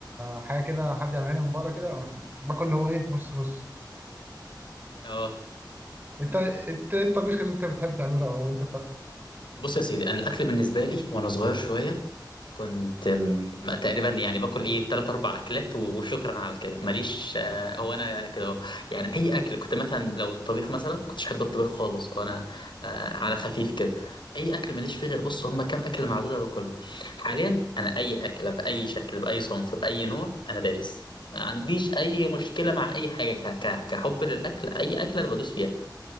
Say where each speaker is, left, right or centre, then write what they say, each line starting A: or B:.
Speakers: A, on the right; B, on the left.
A: حاجه كده حد يعملها لي من بره كده باكل اللي هو ايه نص نص
B: اه
A: انت انت ايه الطبيخ اللي انت بتحب تعمله او انت بتاكل
B: بص يا سيدي انا الاكل بالنسبه لي وانا صغير شويه كنت م- تقريبا يعني باكل ايه تلات اربع اكلات و- وشكرا على كده ماليش آه، هو انا كده أهو. يعني اي اكل كنت مثلا لو الطبيخ مثلا كنتش احب الطبيخ خالص هو انا آه، على خفيف كده اي اكل ماليش فيه غير بص هما كام اكله معدوده باكلهم حاليا انا اي اكله باي شكل باي صنف باي نوع انا دايس ما عنديش اي مشكله مع اي حاجه ك- ك- كحب للاكل اي اكله انا بدوس فيها